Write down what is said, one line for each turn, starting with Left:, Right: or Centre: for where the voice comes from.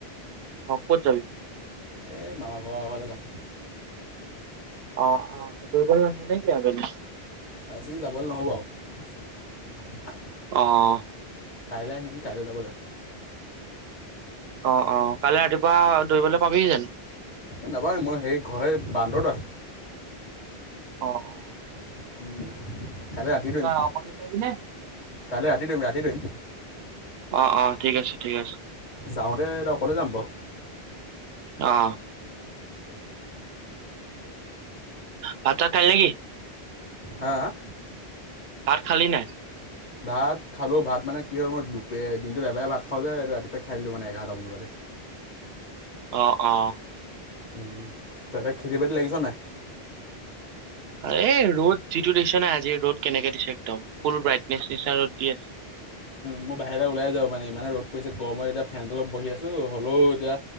Right: অ, ক'ত যাবি?
Left: এই মামা ঘৰ ফালে যাম।
Right: অ', অ', দুৰ্বল না'হ নে কি আবেলি?
Left: আজি ডাবল নহব আৰু।
Right: অ',
Left: কাইলৈ আহিম কাইলৈ যাব লাগিব।
Right: অ' অ', কাইলৈ ৰাতিপুৱা দৌৰিবলৈ পাবি যানো?
Left: এ নাপাওঁ মই সেইৰিত ঘৰ বান্দৰদোৱা।
Right: অ', অ',
Left: উম, কাইলৈ ৰাতি দৌৰিম,
Right: তই অকলে যাবি নে
Left: কাইলৈ ৰাতি দৌৰিম, ৰাতি দৌৰিম।
Right: অ', অ' ঠিক আছে, ঠিক আছে।
Left: যাওঁতে এতিয়া অকলে যাম বাৰু।
Right: অ', ভাত চাত খালি নেকি?
Left: হাঁ, হাঁ?
Right: ভাত খালি নাই?
Left: ভাত খালো ভাত মানে কি হয়, মই দু দিনটোত এবাৰে ভাত খাওঁ যে, ৰাতিপুৱাই খাই দিলো মানে এঘাৰটামান বজাতে। <inaudible>
Right: অ', অ',
Left: উম, তইতে খেতি বাতি লাগিছ নাই?
Right: এই ৰ'দ যিটো দিছে নাই আজি ৰ'দ কেনেকে দিছে একদম। ফুল ব্ৰাইটনেছ নিচনা ৰ'দ দি আছে।
Left: মই বাহিৰলৈ ওলাই যাব মানে ইমানে ৰ'দ পৰিছে গমৰত এতিয়া ফেন তলত বহি আছোঁ হ'লেও এতিয়া